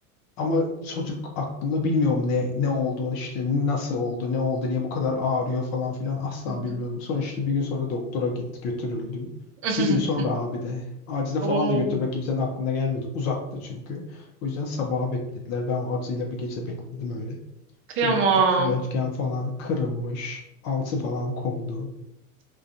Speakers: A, on the left; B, on the right.
A: Ama çocuk aklımda bilmiyorum ne ne olduğunu işte nasıl oldu ne oldu niye bu kadar ağrıyor falan filan asla
B: Hı
A: bilmiyordum.
B: hı.
A: Sonra işte bir gün sonra doktora gitti götürüldüm.
B: <laughs>
A: Bir gün sonra abi de acile
B: Oo,
A: falan da götürmek kimsenin aklına gelmedi. Uzaktı çünkü. O yüzden sabaha beklediler. Ben o acıyla bir gece bekledim öyle.
B: kıyamam.
A: Sonra gittik röntgen falan kırılmış. Alçı falan kondu.